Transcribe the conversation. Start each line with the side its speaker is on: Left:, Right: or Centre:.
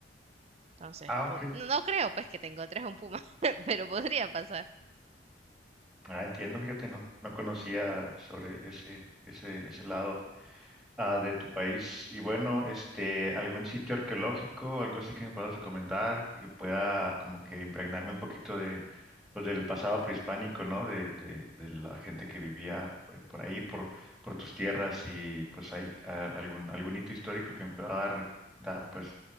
Right: Entonces,
Centre: Ah, ok.
Right: pod- no no creo pues que te encontres un puma, <laughs> pero podría pasar.
Centre: Ah, entiendo, fíjate, no, no conocía sobre ese, ese, ese lado. ah, de tu país. Y bueno, este, algún sitio arqueológico, algo así que me puedas recomendar, que pueda como que impregnarme un poquito de, pues, del pasado prehispánico, ¿no? De, de, de la gente que vivía eh, por ahí, por, por tus tierras y pues hay ah, algún, algún hito histórico que me pueda dar, dar pues